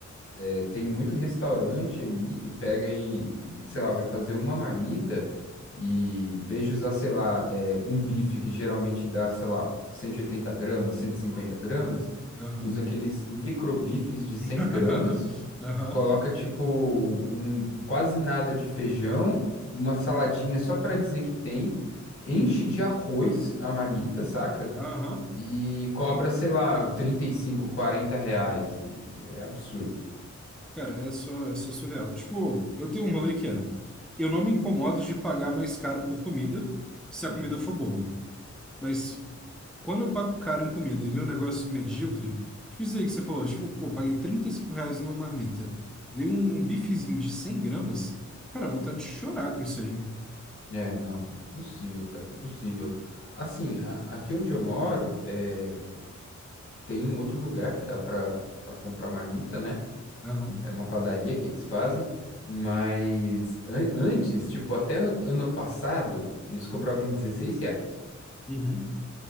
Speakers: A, on the left (about 50°); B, in the centre.
A: é, tem muito restaurante aí que pega e, e, sei lá, vai fazer uma marmita e em vez de usar, sei lá, é, um bife que geralmente dá, sei lá, 180 gramas, 150 gramas,
B: Aham.
A: usa aqueles micro bifes de cem
B: <laughs>
A: gramas
B: Aham,
A: Coloca tipo um, quase nada de feijão, uma saladinha só pra dizer que tem, enche
B: uhum,
A: de arroz a marmita, saca?
B: aham.
A: E cobra, sei lá, 35, 40 reais. E é absurdo.
B: Cara, é só, isso é surreal. Tipo, eu tenho um rolê que é, eu não me incomodo de pagar mais caro por comida, se a
A: Hum.
B: comida for boa. Mas quando eu pago caro em comida e vem um negócio medíocre, tipo isso aí que você falou, tipo, pô, paguei 35 reais numa marmita. Dei um, um bifezinho de 100 gramas, cara, vontade de chorar com isso aí.
A: É, não, impossível, cara, impossível. Assim, a- aqui onde eu moro, é, tem um outro lugar que dá pra, pra comprar marmita, né?
B: Aham,
A: é uma padaria que eles fazem, mas an- antes, tipo, até an- ano passado, eles cobravam 16 reais,
B: uhum,
A: né?